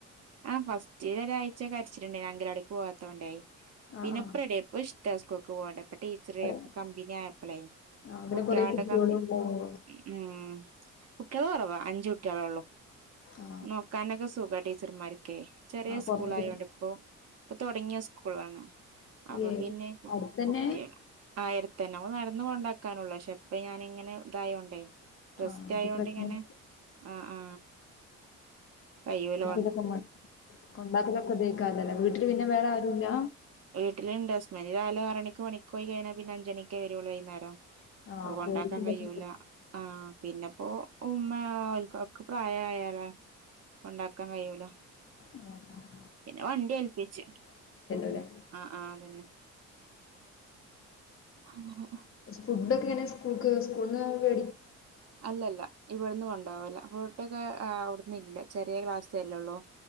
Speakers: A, on the right; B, on the left.
A: ആ ഫസ്റ്റ് ഒരാഴ്ച കരച്ചിലുണ്ട് അംഗനവാടിക്ക് പോവാത്തോണ്ടേ
B: ആ
A: പിന്നിപ്പ
B: ആ
A: റെഡിയായി ഇപ്പ ഇഷ്ട സ്കുളി ഇപ്പ ടീച്ചറൊക്കെ
B: അവിടെ
A: കമ്പനി ആയപ്പളെ
B: ആ പിന്നെ
A: കുട്ടികളുടെ
B: കുറെ കുട്ടികളും
A: കമ്പനി
B: ഉണ്ടാവും
A: ഉ... കുട്ടികള് കുറവാ അഞ്ചു കുട്ടികളേള്ളു
B: ആ
A: നോക്കാനൊക്കെ സുഖാ ടീച്ചർമാര് ക്കെ ചെറിയ
B: ആ കുറച്ച്
A: സ്കൂൾ
B: കുട്ടി
A: ആയോണ്ട് ഇപ്പോ ഇപ്പൊ തൊടങ്ങിയ സ്കൂളാണ് അപ്പൊ
B: ഏ
A: പിന്നെ കു
B: അടുത്തന്നെ
A: കുട്ടികൾ ആയിരതന്നെ നട ഒന്നും ഉണ്ടാക്കാനുള്ളൂ ക്ഷെ ഇപ്പ ഞാനിങ്ങനെ ഇതായോണ്ടെ റെസ്റ്റ്
B: ആ അത്
A: ആയോണ്ടിങ്ങനെ
B: പ്രശ്നം
A: ആ ആ കയ്യുമ്മേല്
B: <inaudible> കൊണ്ടാത്തതൊക്കെ ഇതക്കാതല്ലെ വീട്ടിൽ പിന്നെ വേറെ ആരൂല്ല
A: വീട്ടിലുണ്ട് അസ്മന് രാവില് ആറണിക്ക് പണിക്ക് പോയി കഴിഞ്ഞാ പിന്നെ അഞ്ചണിക്കേ വരൂള്ളു വൈകുന്നേരം
B: ആ
A: അ കൊണ്ടാക്കാൻ
B: പേർക്കും പറ്റും
A: കഴിയൂല്ലാ ആ പിന്നെപ്പോ ഉമ്മ ആൾക്കാക്ക് പ്രായമായാല ഉണ്ടാക്കാൻ കഴിയൂല്ലാ
B: ആ
A: പിന്നെ വണ്ടി ഏൽപ്പിച്ചു
B: അല്ലേ
A: അ ആ അതന്നെ അങ്ങനെ
B: ഫുഡ് ഒക്കെ എങ്ങനെ സ്കൂൾക്ക് സ്കൂളിന്ന് വേ
A: അല്ലല്ല ഇവിടന്ന് കൊണ്ടുപോവില്ല ഫുഡൊക്കെ അവിടന്ന് ഇല്ല ചെറിയ ക്ലാസ്സല്ലേള്ളൂ